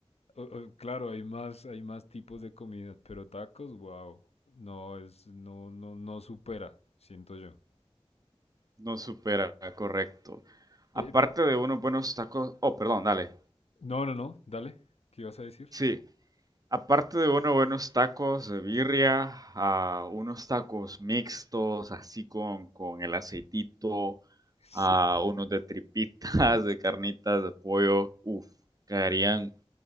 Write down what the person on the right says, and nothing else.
no supera, correcto.
Aparte
de unos buenos tacos, oh, perdón, dale.
Sí, aparte de unos buenos tacos de birria, ah, unos tacos mixtos, así con, con el aceitito,
ah,
unos de tripitas, <laughs> de carnitas, de pollo, uff, caerían